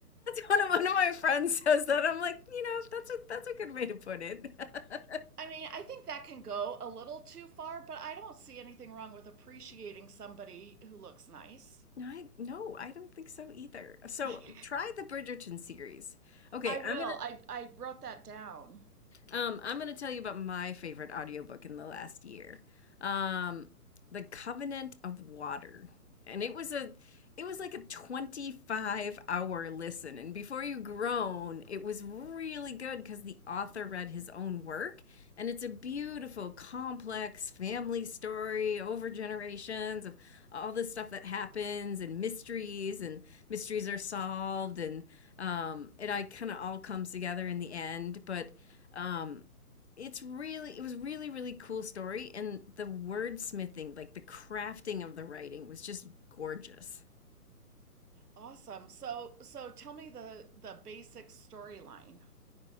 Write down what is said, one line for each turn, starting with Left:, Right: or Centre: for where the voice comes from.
Left: one of, one of my friends says that. I'm like, you know, that's a, that's a good way to put it. <laughs>
Right: I mean, I think that can go a little too far, but I don't see anything wrong with appreciating somebody who looks nice.
Left: I, no, I don't think so either. So
Right: <laughs>
Left: try the Bridgerton series. Okay,
Right: I will.
Left: I'm gonna
Right: I I wrote that down.
Left: Um, I'm going to tell you about my favorite audiobook in the last year. Um, The Covenant of Water. And it was a it was like a 25 hour listen and before you groan it was really good because the author read his own work and it's a beautiful complex family story over generations of all the stuff that happens and mysteries and mysteries are solved and um, it i kind of all comes together in the end but um, it's really it was really really cool story and the wordsmithing like the crafting of the writing was just gorgeous
Right: Awesome. So so tell me the the basic storyline.